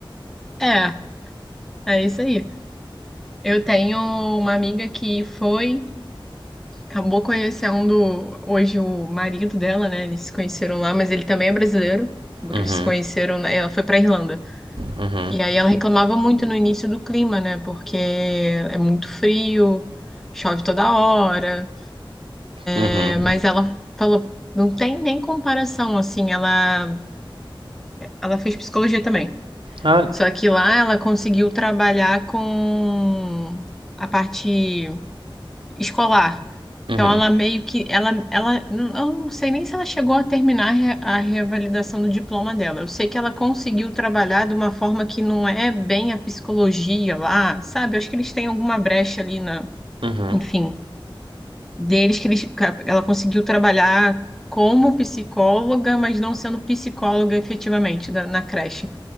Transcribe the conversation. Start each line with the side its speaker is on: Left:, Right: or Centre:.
Centre: É, é isso aí. Eu tenho uma amiga que foi, acabou conhecendo hoje o marido dela, né? Eles se conheceram lá, mas ele também é brasileiro. Acabou
Right: Uhum,
Centre: que eles se conheceram, na- ela foi pra Irlanda.
Right: uhum,
Centre: E aí ela reclamava muito no início do clima, né? Porque é muito frio, chove toda hora.
Right: uhum.
Centre: É, mas ela falou, não tem nem comparação, assim, ela, ela fez psicologia também.
Right: Olha.
Centre: Só que lá ela conseguiu trabalhar com a parte escolar.
Right: Uhum,
Centre: Então ela meio que ela ela eu não sei nem se ela chegou a terminar a re- a reavalidação do diploma dela. Eu sei que ela conseguiu trabalhar de uma forma que não é bem a psicologia lá, sabe? Eu acho que eles têm alguma brecha ali na,
Right: uhum,
Centre: enfim, deles que eles, que ela conseguiu trabalhar como psicóloga, mas não sendo psicóloga efetivamente da- na creche.